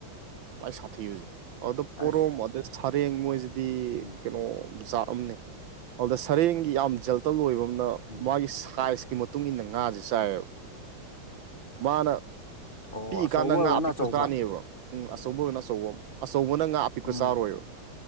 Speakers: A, on the right; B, on the left.
A: ꯃꯥꯏ ꯁꯥꯊꯤꯕꯖꯦ ꯑꯗ
B: ꯑꯁ
A: ꯄꯣꯔꯣꯝ ꯑꯗꯩ ꯁꯔꯦꯡ ꯃꯣꯏꯖꯤ__ ꯗꯤ
B: ꯎꯝ
A: ꯀꯅꯣ ꯖꯥꯠ ꯑꯝꯅꯦ ꯑꯥꯎꯗ ꯁꯔꯦꯡꯒꯤ ꯌꯥꯝ ꯖꯦꯜꯇꯜ ꯑꯣꯏꯕ ꯅ
B: ꯎꯝ
A: ꯃꯥꯒꯤ ꯁꯥꯏꯖꯀꯤ ꯃꯇꯨꯡ ꯏꯟꯅ ꯉꯥꯖꯦ ꯆꯥꯏꯌꯦꯕ ꯃꯥꯅ
B: ꯑꯣ
A: ꯄꯤꯛꯏꯀꯥꯟꯗ
B: ꯑꯆꯧꯕ ꯑꯣꯏꯔꯒꯅ
A: ꯉꯥ ꯑꯄꯤꯛꯄ
B: ꯑꯆꯧꯕ
A: ꯆꯥꯅꯦꯕ ꯎꯝ ꯑꯆꯧꯕ ꯑꯣꯏꯅ ꯑꯆꯧꯕ ꯑꯆꯧꯕꯅ ꯉꯥ ꯑꯄꯤꯛꯄ
B: ꯎꯝ
A: ꯆꯥꯔꯣꯏꯕ